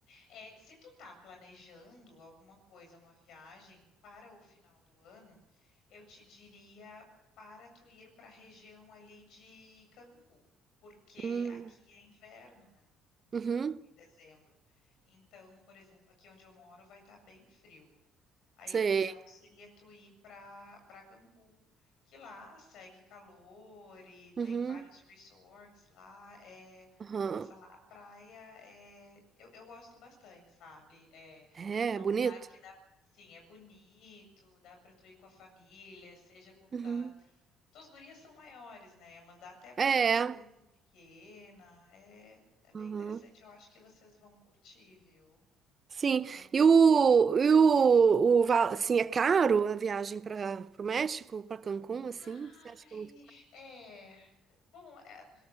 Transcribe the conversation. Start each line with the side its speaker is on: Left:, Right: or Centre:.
Left: É, se tu tá planejando alguma coisa, uma viagem para o final do ano, eu te diria para tu ir para a região ali de Cancún, porque
Right: Hum.
Left: aqui é inverno, né? No,
Right: Uhum.
Left: em dezembro. Então, por exemplo, aqui onde eu moro vai estar bem frio. Aí
Right: Sei.
Left: o ideal seria tu ir para para Cancún, que lá segue calor e tem
Right: Uhum.
Left: vários resorts lá. É,
Right: Aham.
Left: nossa, lá a praia é, eu, eu gosto bastante, sabe? É,
Right: É,
Left: é um
Right: bonito?
Left: lugar que dá, sim, é bonito, dá para tu ir com a família, seja com,
Right: Uhum.
Left: ah, tuas gurias são maiores, né? Mas dá até para
Right: É.
Left: ir com criança pequena. É, é bem
Right: Aham.
Left: interessante. Eu acho que vocês vão curtir, viu?
Right: Sim.
Left: Acho que vão
Right: E o,
Left: curtir.
Right: e o, o va- assim, é caro a viagem para o México, para Cancún, assim?
Left: Ai,
Right: Você acha que é muito.
Left: é. Bom, é,